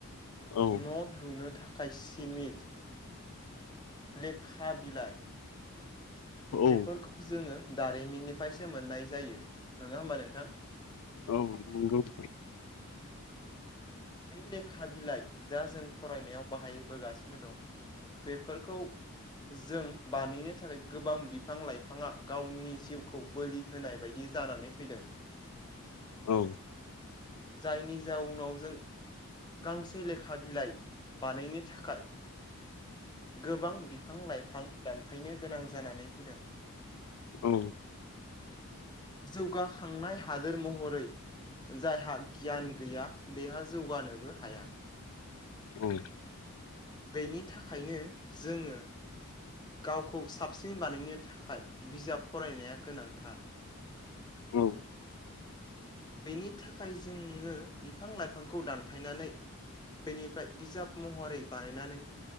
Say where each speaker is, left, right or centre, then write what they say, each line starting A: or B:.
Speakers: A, on the left; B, on the left.
A: औ
B: न' लुनो थाखाय सिमिट लेखा बिलाइ
A: औ
B: बेफोरखौ जोङो दारिमिननिफ्रायसो मोननाय जायो नङा होमबा नोंथां?
A: औ नंगौ नोंथां।
B: बे लेखा बिलाइ जा जों फरायनायाव बाहायबोगासिनो दं बेफोरखौ जों बानायनो थाखाय गोबां बिफां लाइफाङा गावनि जिउखौ बोलि होनाय बायदि जानानै फैदों।
A: औ।
B: जायनि जाउनाव जों गांसे लेखा बिलाइ बानायनो थाखाय गोबां बिफां लाइफां दानफैनो गोनां जानानै फैदों।
A: औ।
B: जौगाखांनाय हादोर महरै जायहा गियान गैया बेहा जौगानोबो हाया।
A: औ।
B: बेनि थाखायनो जोङो गावखौ साबसिन बानायनो थाखाय बिजाब फरायनाया गोनांथार।
A: औ।
B: बेनि थाखाय जोङो बिफां लाइफांखौ दानफायनानै बेनिफ्राय बिजाब महरै बानायनानै